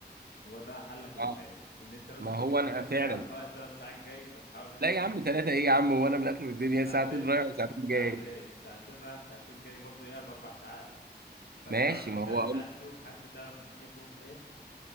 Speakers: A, on the left; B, on the right.
A: هو ده حلك الوحيد
B: آه،
A: ان انت مثلا
B: ما
A: انت
B: هو
A: بتقول
B: انا
A: ثلاث
B: فعلا
A: ساعات رايح ثلاث ساعات جاي فتحاول مثلا
B: لا يا عم ثلاثه ايه يا عم وانا من اخر الدنيا
A: ساعتين
B: ساعتين رايح وساعتين جاي
A: ساعتين ساعتين رايح ساعتين جاي برضو ياما اربع ساعات فانت
B: ماشي
A: لو عرفت
B: ما
A: في ثلاث
B: هو
A: ساعات فيهم حتى تعرف الدنيا فيهم ايه